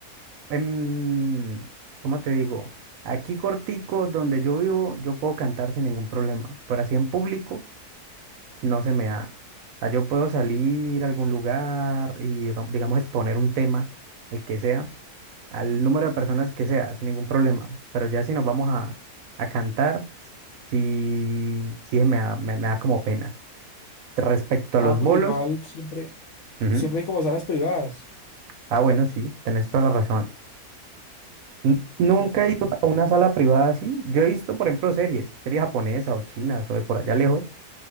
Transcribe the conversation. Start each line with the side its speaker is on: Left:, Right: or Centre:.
Right: Em, ¿cómo te digo? Aquí cortico, donde yo vivo, yo puedo cantar sin ningún problema, pero así en público no se me da. O sea, yo puedo salir a algún lugar y, diga- digamos, exponer un tema, el que sea, al número de personas que sea, sin ningún problema. Pero ya si nos vamos a, a cantar, sí, sí me da, me, me da como pena. Respecto
Left: Ah,
Right: a los No.
Left: pero
Right: bolos,
Left: igual siempre,
Right: ujú,
Left: siempre hay como salas privadas.
Right: Ah, bueno, sí, tenés toda la razón. N- Nunca
Left: Sí, está
Right: he
Left: bien.
Right: ido a una sala privada así. Yo he visto, por ejemplo, series, series japonesas o chinas o de por allá lejos,